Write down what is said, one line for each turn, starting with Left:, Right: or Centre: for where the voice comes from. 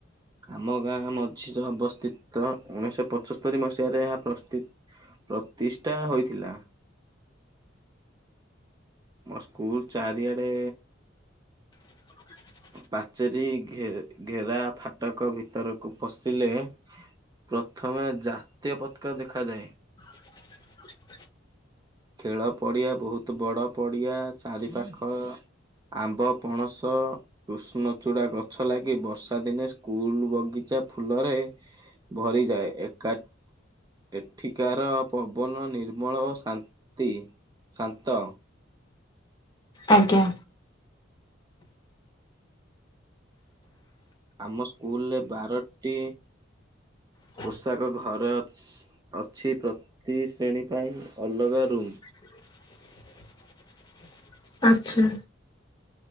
Right: ଆମ ଗାଁ ମଝିରେ ଅବସ୍ଥିତ ଉଣେଇଶ ପଞ୍ଚସ୍ତରୀ ମସିହାରେ ଏହା ପ୍ରସ୍ତୁ ପ୍ରତିଷ୍ଠା ହୋଇଥିଲା। ମୋ ସ୍କୁଲ ଚାରିଆଡେ
Left: <inaudible>
Right: ପାଚେରୀ ଘେ ଘେରା ଫାଟକ ଭିତରକୁ ପଶିଲେ ପ୍ରଥମେ ଜାତୀୟ ପତ୍କା ଦେଖାଯାଏ।
Left: <inaudible>
Right: ଖେଳ ପଡ଼ିଆ ବହୁତ ବଡ଼ ପଡ଼ିଆ ଚାରି ପାଖ ଆମ୍ବ ପଣସ କୃଷ୍ଣଚୂଡ଼ା ଗଛ ଲାଗି ବର୍ଷା ଦିନେ ସ୍କୁଲ ବଗି ଚା ଫୁଲରେ ଭରିଯାଏ। ଏକା ଏଠିକାର ପବନ ନିର୍ମଳ ଓ ସା ଶାନ୍ତି ଶାନ୍ତ।
Left: ଆଜ୍ଞା।
Right: ଆମ ସ୍କୁଲରେ ବାରଟି
Left: ହଁ।
Right: ପୋଷାକ ଘରେ ଅଛି ପ୍ରତି ଶ୍ରେଣୀ ପାଇଁ ଅଲଗା ରୁମ୍
Left: <inaudible> ଆଚ୍ଛା